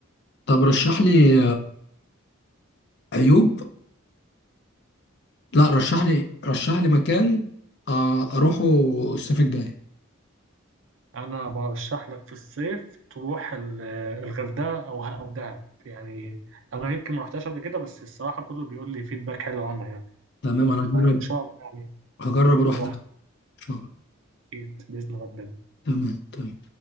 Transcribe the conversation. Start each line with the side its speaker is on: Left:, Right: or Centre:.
Left: طب رشح لي عيوب لا رشح لي رشح لي مكان آه، اروحه الصيف الجاي
Right: أنا برشح لك في الصيف تروح ال- آه، الغردقة أو أو دهب يعني أنا يمكن ما رحتهاش قبل كده بس الصراحة كله بيقول لي فيدباك حلو عنها يعني
Left: تمام انا هجرب
Right: إن شاء الله يعني
Left: هجرب اروح
Right: نروح
Left: ده ان شاء الله
Right: أكيد بإذن ربنا
Left: تمام تمام